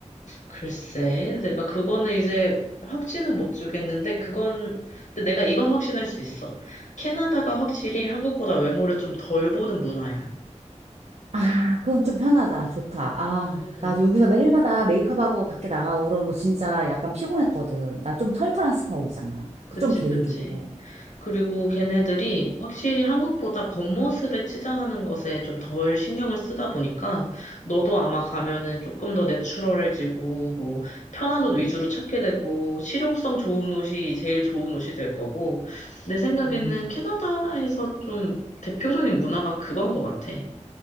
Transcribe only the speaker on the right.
아, 그건 좀 편하다. 좋다. 아,
나 여기서 매일마다 메이크업하고 밖에 나가고 그러는 거 진짜 약간 피곤했거든. 나 좀 털털한 스타일이잖아. 그
좀 게으르고.
음,